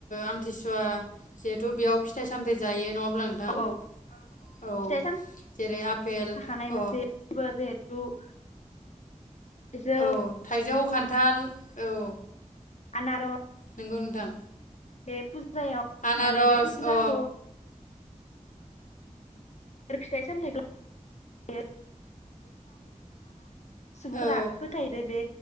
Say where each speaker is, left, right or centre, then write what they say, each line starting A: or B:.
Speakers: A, on the left; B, on the left.
A: आमथिसुवा जिहेथु बेयाव फिथाइ सामथाइ जायो नङा अब्ला नोंथां
B: औ
A: औ
B: फिथाइ सामथाइ
A: जेरै आपेल
B: थाखानाय मोनसे
A: औ
B: <unintelligible> थाइजौ
A: औ थाइजौ खान्थाल औ
B: आनार
A: नोंगौ नोंथां।
B: बे फु जायाव
A: आनारस
B: माने बे फुजाखौ
A: अ
B: <unintelligible> <inaudible> सुबुंफ्रा
A: औ
B: फोथायोदि बे।